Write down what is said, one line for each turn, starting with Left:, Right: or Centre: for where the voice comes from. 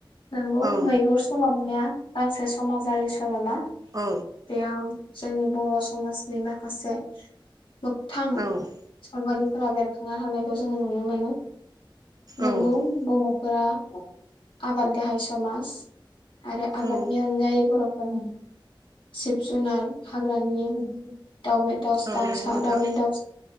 Left: नोंगौ
Right: औ
Left: मैहुर सल'माया गांसे समाजारि सल'मा। <unintelligible>
Right: औ
Left: जोंनि बर' समाजनि माखासे मोगथां
Right: औ औ
Left: बेफोरबादिफोरा बेरखांनो हानायखौ जोङो नुनो मोनो। नोंगौ
Right: औ
Left: बु <unintelligible> फोरा आबाद गाहाय समाज। आरो आबादनि
Right: औ
Left: अनगायै बर ओं। जिब जुनार हाग्रानि दावमि दावसा दावस
Right: औ नंगौ
Left: दाव स
Right: नोंथां
Left: दावमिन दाव